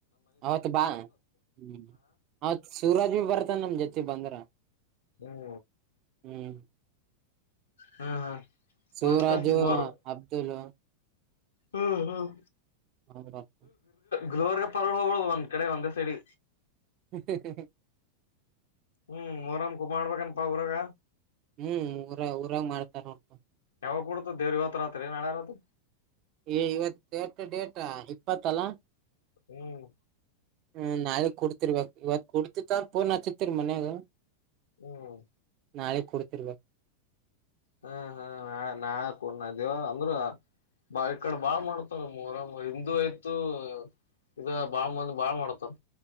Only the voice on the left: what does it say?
ಹ್ಮ್
ಹ್ಮ ಹಾ
ಮತ್ತ ಮೋರ್
ಹ್ಮ್ ಹ್ಮ್
ಗುಲ್ವರ್ಗ ಪರಳ ಹೋಗಬುದು ಒಂದ್ ಕಡೆ ಒಂದೇ ಸಡಿ
ಹ್ಮ್ ಮೊರಮಕೂ ಮಾಡ್ಬೇಕನ್ಪಾ ಅವರಾಗ
<inaudible>
ಯಾವಾಗ ಕುಡತ ದೇವರ ಇವತ್ತು ರಾತ್ರಿ ನಾಳೆ ರಾತ್ರಿ
ಹ್ಮ್
ಹ್ಮ್
ಹ್ಮ ಹ್ಮ ನಾ ನಾಳ ಕಡ ನ ದವ ಅಂದ್ರ ಬಾಳ್ ಈ ಕಡೆ ಬಾಳ್ ಮಾಡ್ತಾರರ ಹಿಂದೂ ಆಯ್ತು ಇದ ಬಾಳ್ ಮಂದ ಬಾಳ್ ಮಾಡ್ತಾರ